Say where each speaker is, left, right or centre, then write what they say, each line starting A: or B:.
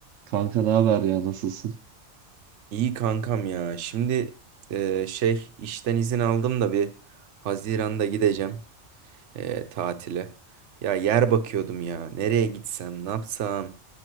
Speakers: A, on the right; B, on the right.
A: Kanka ne haber ya nasılsın?
B: İyi kankam ya. Şimdi e, şey işten izin aldım da bir Haziran'da gideceğim e, tatile. Ya yer bakıyordum ya. Nereye gitsem, ne yapsam.